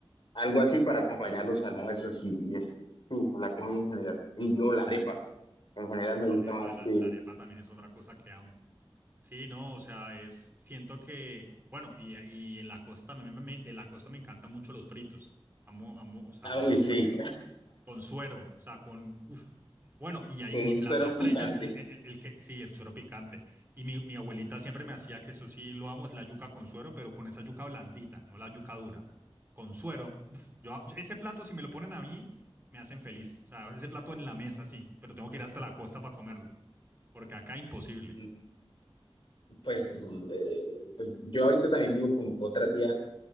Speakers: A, on the left; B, on the right.
A: algo así para acompañar los almuerzos y, y es, sí, la comida en general. Y yo la arepa, en general
B: Ah,
A: me
B: y la
A: gusta
B: arepa,
A: más
B: la,
A: que...
B: la arepa también es otra cosa que amo. Sí, no, o sea, es, siento que, bueno, y, y en la costa también, me- me- de la costa me encantan mucho los fritos. Amo, amo, o sea,
A: Ah,
B: amo
A: uy,
B: los
A: sí,
B: fritos. Con suero, o sea, con, uf. Bueno,
A: <laughs>
B: y ahí
A: con
B: mi
A: un
B: plato
A: suero
B: estrella,
A: picante.
B: mi- el, el- el que, sí, el suero picante. Y mi, mi abuelita siempre me hacía que eso sí lo amo, es la yuca con suero, pero con esa yuca blandita, no la yuca dura. Con suero, uf, yo, ese plato, si me lo ponen a mí, me hacen feliz. O sea, ese plato en la mesa, sí, pero tengo que ir hasta la costa para comerlo, porque acá imposible.
A: Mm, Pues, eh, pues yo ahorita también vivo con otra tía